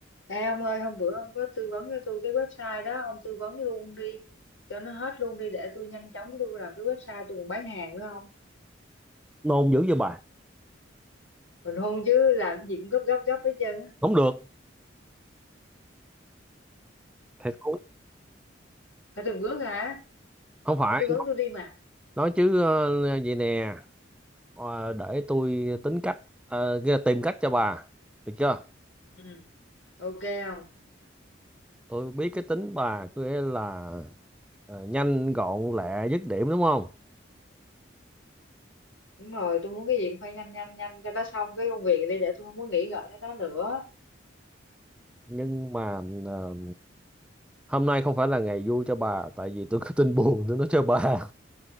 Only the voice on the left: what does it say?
Ê ông ơi, hôm bữa ông có tư vấn cho tôi cái website đó, ông tư vấn luôn đi, cho nó hết luôn đi để tôi nhanh chóng tôi làm cái website tôi còn bán hàng nữa không?
Còn hôn chứ làm cái gì cũng gấp gấp gấp hết trơn á.
Phải từng bước hả?
Thôi tư vấn tôi đi mà.
Ừ, ok không?
Đúng rồi, tôi muốn cái gì cũng phải nhanh nhanh nhanh cho nó xong cái công việc đi để tôi không có nghĩ ngợi tới nó nữa.